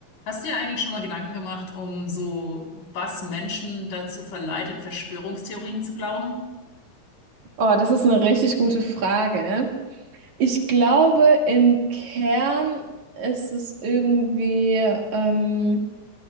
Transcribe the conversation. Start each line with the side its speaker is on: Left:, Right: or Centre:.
Left: Hast du dir eigentlich schon mal Gedanken gemacht, um so, was Menschen dazu verleitet, Verschwörungstheorien zu glauben?
Right: Oh, das ist eine richtig gute Frage. Ich glaube, im Kern ist es irgendwie, ähm,